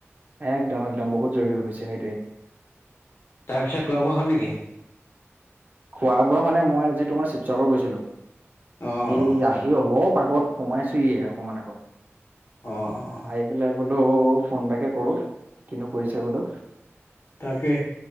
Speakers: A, on the right (about 35°); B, on the left (about 65°).
A: একদম একদম বহুত জৰুৰী হৈ গৈছে সেইটোৱে
B: তাৰপিছত খোৱা বোৱা হ'ল নেকি?
A: খোৱা বোৱা মানে মই আজি তোমাৰ শিৱসাগৰত গৈছিলো
B: অ',
A: এই
B: অ',
A: আহি অলপ আগত। সোমাইছোয়ে অকমান আগত
B: অ', অ',
A: পাই পেলাই বোলো। ফোন এটাকে কৰো কিনো কৰিছে বোলো।
B: তাকে